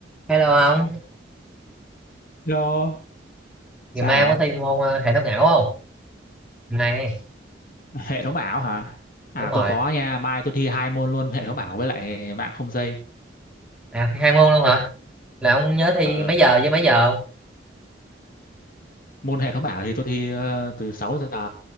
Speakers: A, in the centre; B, on the left.
A: Hello ông,
B: Hello,
A: ngày
B: sao
A: mai
B: hả
A: ông
B: ông?
A: có thi môn ờ, hệ thống ảo không? này,
B: <laughs> Hệ thống ảo hả? À
A: đúng rồi.
B: tôi có nha, mai tôi thi hai môn luôn, hệ thống ảo với lại mạng không dây.
A: À, thi hai môn luôn hả? Là ông nhớ thi
B: Ờ,
A: mấy giờ với mấy giờ không?
B: môn hệ thống ảo thì tôi thi ờ, từ 6 giờ,